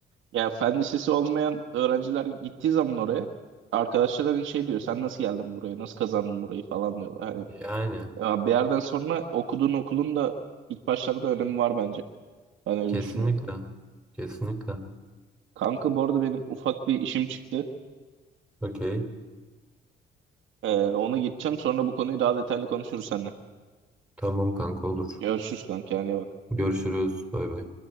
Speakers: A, on the right; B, in the centre.
A: Ya fen lisesi olmayan öğrenciler gittiği zaman oraya arkadaşlar hani şey diyor sen nasıl geldin buraya nasıl kazandın burayı falan diyorlar. Hani
B: Yani
A: ya bir yerden sonra okuduğun okulun da ilk başlarda önemi var bence. Ben öyle
B: kesinlikle.
A: düşünüyorum.
B: Kesinlikle.
A: Kanka bu arada benim ufak bir işim çıktı.
B: Okey.
A: Ee, ona gideceğim sonra bu konuyu daha detaylı konuşuruz seninle.
B: Tamam kanka olur.
A: Görüşürüz kanka kendine iyi bak.
B: Görüşürüz. Bay bay.